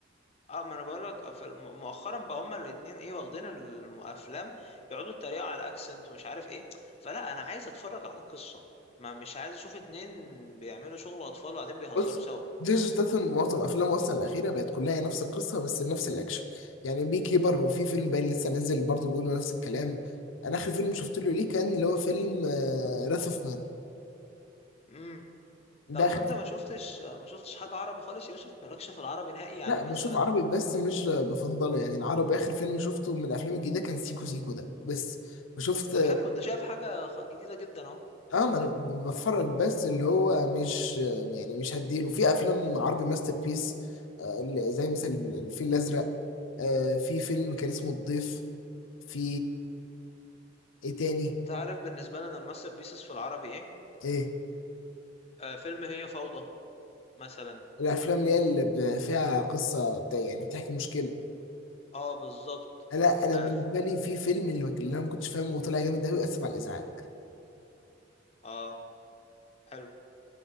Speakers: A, on the left; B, on the left.
A: اه ما انا بقول لك آه، في الم- مؤخرا بقى هما الاتنين ايه واخدين الم- الافلام يقعدوا يتريقوا على الاكسنت ومش عارف ايه فلا انا عايز اتفرج على قصة ما مش عايز اشوف اتنين بيعملوا شغل اطفال وقاعدين بيهزروا
B: بص
A: سوا
B: جيسون ستاثام معظم افلامه اصلا الاخيره بقت كلها هي نفس القصه بس نفس الاكشن يعني بي كيبر وفي فيلم باين لسه نازل برضه بيقولوا نفس الكلام انا اخر فيلم شفت له ليه كان اللي هو فيلم راث اوف مان
A: امم طب
B: ده آخر
A: وانت
B: فيلم-
A: ما شفتش ما شفتش حاجة عربي خالص يا يوسف مالكش في العربي نهائي يعني
B: لا بشوف
A: مثلا
B: عربي بس مش بفضله يعني العربي اخر فيلم شفته من الافلام الجديده كان سيكو سيكو ده بس وشفت
A: طب حلو انت شايف حاجة خ- جديدة جدا اهو
B: اه ما انا بتفرج بس اللي هو مش يعني مش هديله في افلام عربي ماستر بيس آه، اللي زي مثلا الفيل الازرق آه، في فيلم كان اسمه الضيف في ايه تاني
A: انت عارف بالنسبة لنا الماستر بيسز في العربي ايه
B: ايه
A: آه فيلم هي فوضى مثلا
B: الافلام اللي هي اللي ب- فيها قصه بتاع يعني بتحكي مشكله
A: اه بالظبط
B: لا انا
A: اه
B: بالنسبه
A: ف-
B: لي في فيلم اللي ما كان- اللي انا ما كنتش فاهمه وطلع جامد قوي اسف على الازعاج
A: آه، حلو